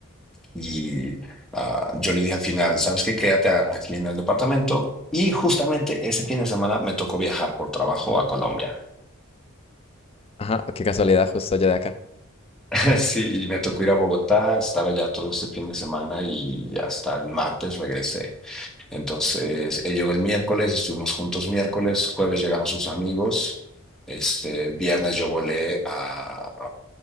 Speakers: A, in the centre; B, on the left.
A: y ah, yo le dije al final, ¿sabes qué? Quédate a- aquí en el departamento. Y justamente ese fin de semana me tocó viajar por trabajo a Colombia.
B: Ajá, qué casualidad, justo allá de acá.
A: <laughs> Sí, y me tocó ir a Bogotá, estar allá todo ese fin de semana y hasta el martes regresé. Entonces, él llegó el miércoles, estuvimos juntos miércoles, jueves llegaron sus amigos, este, viernes yo volé a